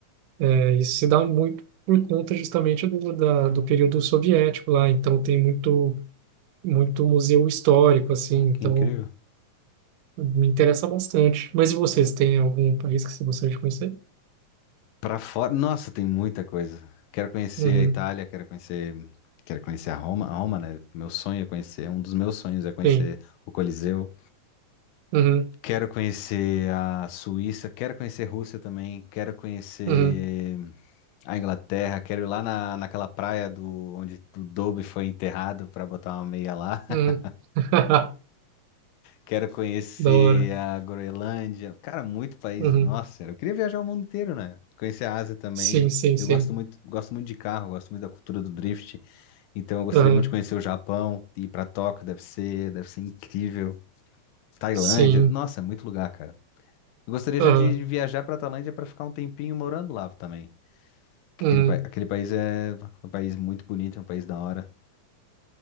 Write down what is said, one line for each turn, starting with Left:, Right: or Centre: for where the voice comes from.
Right: é, isso se dá muito por conta justamente do, da, do período soviético lá. Então tem muito muito museu histórico, assim.
Left: Ah,
Right: Então
Left: que incrível.
Right: Me interessa bastante. Mas e vocês, tem algum país que você gostaria de conhecer?
Left: Pra fora, nossa, tem muita coisa. Quero conhecer
Right: Uhum.
Left: a Itália, quero conhecer, quero conhecer a Roma, a Roma, né? Meu sonho é conhecer, um dos meus sonhos é conhecer
Right: Sim.
Left: o Coliseu.
Right: Uhum.
Left: Quero conhecer a Suíça, quero conhecer a Rússia também, quero conhecer
Right: Uhum.
Left: a Inglaterra, quero ir lá na, naquela praia do onde o Dobby foi enterrado para botar uma meia lá. <laughs>
Right: Uhum. <laughs>
Left: Quero conhecer
Right: Da hora.
Left: a Groenlândia. Cara, muito país.
Right: Uhum.
Left: Nossa, eu queria viajar o mundo inteiro, né? Conhecer a Ásia também.
Right: Sim, sim,
Left: Eu
Right: sim.
Left: gosto muito, gosto muito de carro, gosto muito da cultura do drift. Então eu gostaria
Right: Aham.
Left: muito de conhecer o Japão, ir para Tóquio, deve ser, deve ser incrível. Tailândia.
Right: Sim.
Left: Nossa, muito lugar, cara. Eu gostaria
Right: Aham.
Left: já de viajar para a Tailândia para ficar um tempinho morando lá também. Aquele,
Right: Uhum.
Left: pa- aquele país é um país muito bonito, é um país da hora.